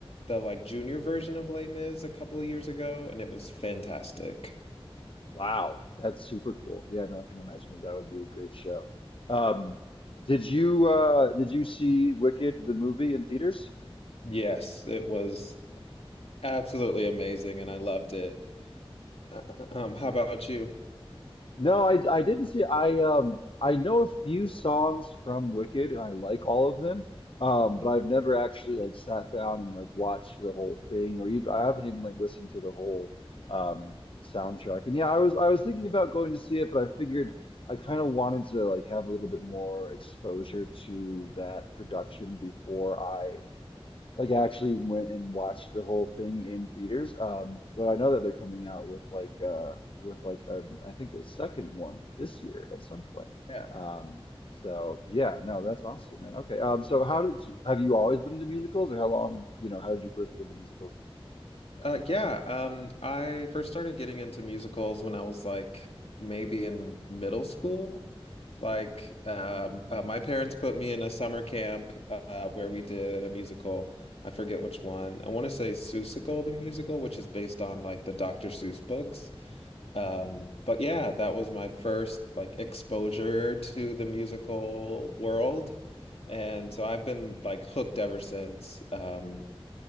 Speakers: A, on the left; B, on the left.
A: the like junior version of Les Mis a couple of years ago, and it was fantastic.
B: Wow, that's super cool. Yeah, no, I can imagine that that would be a great show. Um, did you uh did you see Wicked the movie in theaters?
A: Yes, it was absolutely amazing, and I loved it. Uh, Um, how about you?
B: No, I I didn't see I um I know a few songs from Wicked and I like all of them. Um, but I've never actually like sat down and like watched the whole thing or even I haven't even like listened to the whole um soundtrack. And yeah, I was I was thinking about going to see it, but I figured I kind of wanted to like have a little bit more exposure to that production before I like I actually went and watched the whole thing in theaters. Um, but I know that they're coming out with like uh with like a I think a second one this year at some point.
A: Yeah.
B: Um, so yeah, no, that's awesome, man. Okay. Um, so how did you have you always been into musicals or how long, you know, how did you first get into musicals?
A: Uh, yeah, um, I first started getting into musicals when I was like maybe in middle school. Like, um, uh, my parents put me in a summer camp uh, where we did a musical. I forget which one. I want to say Seussical, the musical, which is based on like the Dr. Seuss books. Um, but yeah, that was my first like exposure to the musical world. And so I've been like hooked ever since. Um,